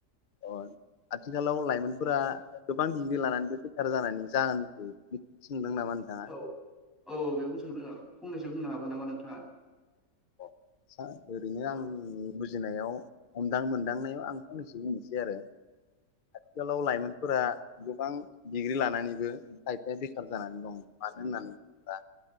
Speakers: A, on the left; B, in the centre.
A: अ आथिखालाव लाइमोनफोरा गोबां डिग्रि लानानैबो बेखार जानायनि जाहोनखौ सोंदों नामा नोंथाङा
B: औ औ बेखौ सोंदों आं फंनैसो बुंनो हागोन नामा नोंथाङा
A: हा ओरैनो
B: औ
A: आं बुजिनायाव हमदां मोनदांनायाव आं फंनैसो बुंनोसै आरो आथिखालाव लाइमोनफोरा गोबां डिग्रि लानानैबो खायफाया बेखार जानानै दं मानो होननानै बुङोब्ला